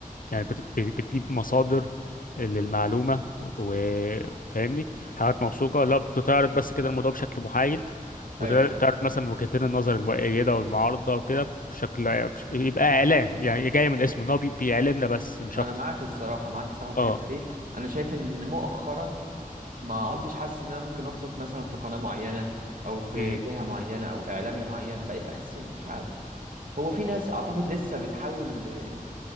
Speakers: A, on the left (about 70°); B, on the right (about 70°).
A: يعني بت... بت- بتجيب مصادر للمعلومة وفاهمني حاجات موثوقة لا بتعرض بس كده الموضوع بشكل محايد وتعرض
B: أيوه
A: مثلا وجهتين النظر المؤيدة والمعارضة وكده بشكل بش- يبقى إعلام يعني جاي من الاسم إن هو بي- بيعلمنا بس مش
B: أنا
A: أكتر
B: معاك الصراحة معاك الصراحة في
A: اه
B: الحتة دي أنا شايف إن مؤخرا ما عدتش حاسس إن أنا ممكن أثق مثلا في قناة معينة أو في
A: امم
B: جهة معينة أو إعلامي معين بقيت بحس إن مش عارف هو في ناس اعتقد لسه بتحاول آه،